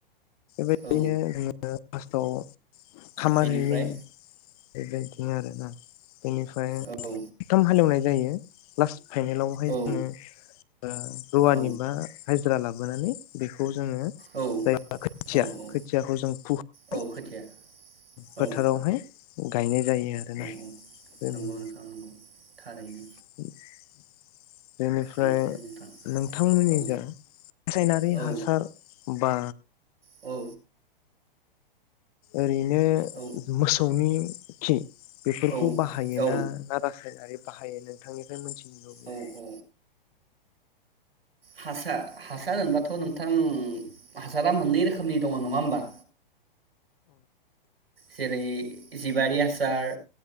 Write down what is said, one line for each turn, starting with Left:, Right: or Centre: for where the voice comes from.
Left: बेबायदिनो
Right: औ
Left: जोङो मास औ। खामार
Right: बेनिफ्राय
Left: होयो। बेबायदिनो आरोना। बेनिफ्राय
Right: औ औ
Left: <inaudible> थाम हाल एवनाय जायो लास फाइनेलावहाय
Right: औ
Left: जोङो ओ रुवानि
Right: औ
Left: बा हाजिरा ला बोनानै बेखौ। जोङो
Right: औ
Left: जाया खोथिया
Right: औ
Left: खोथियाखौ जों फुहोनानै
Right: औ खोथिया
Left: फोथारावहाय।
Right: औ
Left: गायनाय जायो आरोना
Right: औ
Left: बेबायदि।
Right: नंगौ नोंथां नंगौ थारैनो।
Left: <inaudible> बेनिफ्राय
Right: बिब्दिनो नोंथां
Left: नोंथांमोननि
Right: औ
Left: जों रासायनारि
Right: औ
Left: हासार बा
Right: औ।
Left: ओरै नो
Right: औ
Left: मोसौनि खि बेफोरखौ
Right: औ
Left: बाहायोना
Right: औ
Left: ना रासायनारि बाहायो नोंथांनिफ्राय मोनथि लुबोयो
Right: औ औ हासार हासार होनबाथ नोंथां हासारा मोननै रोखोमनि दङ नङा होमबा जेरै जिबारि हास सार